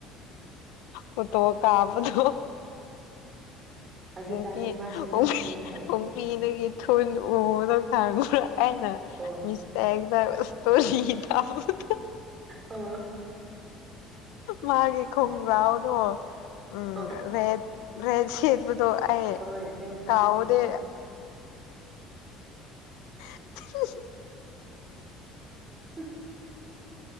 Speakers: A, on the right; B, on the left.
A: <unintelligible> <inaudible>
B: ꯐꯣꯇꯣ ꯀꯞꯄꯗꯣ
A: ꯍꯧꯖꯤꯛꯀꯥꯟꯗꯤ
B: ꯎ
A: ꯃꯥꯁꯨ ꯌꯥꯝ
B: ꯑꯣ
A: ꯆꯦꯟꯖ ꯑꯣꯏꯈ꯭ꯔꯦ
B: ꯑꯣ ꯐꯤꯅ <unintelligible> ꯊꯨꯟ ꯎꯕꯗꯣ ꯈꯪꯕꯔꯥ ꯑꯩꯅ
A: ꯑꯣ
B: ꯁꯇꯦꯇꯥꯁ ꯁꯇ꯭ꯣꯔꯤ ꯊꯝꯕꯗꯣ
A: ꯑꯣ
B: ꯃꯥꯒꯤ ꯈꯨꯨꯝ꯭ꯔꯥꯎꯗꯣ ꯎꯝ
A: ꯑꯣ
B: ꯔꯦꯠ ꯔꯦꯠ ꯁꯦꯠꯄꯥꯗꯣ ꯑꯩ
A: ꯍꯣꯏ ꯔꯦꯠꯅꯦ
B: ꯀꯥꯎꯗꯦ
A: ꯔꯦꯠꯅꯦ
B: <unintelligible>
A: <unintelligible> <inaudible>